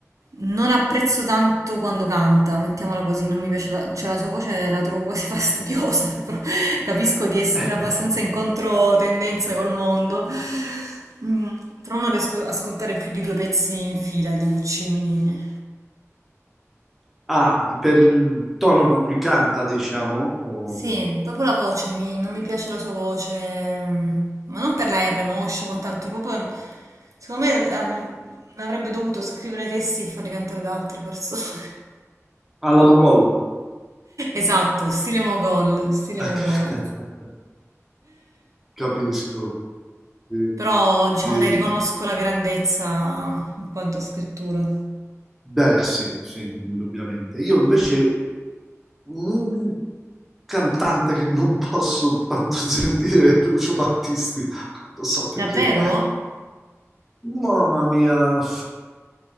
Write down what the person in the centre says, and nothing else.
<laughs>
Ah, per il tono con cui canta, diciamo, o...
alla Mogol.
<laughs>
Capisco. Sì.
Eh,
beh, sì, sì, indubbiamente. Io invece un cantante che non posso tanto <laughs> sentire è Lucio Battisti, lo so perché.
Mamma mia,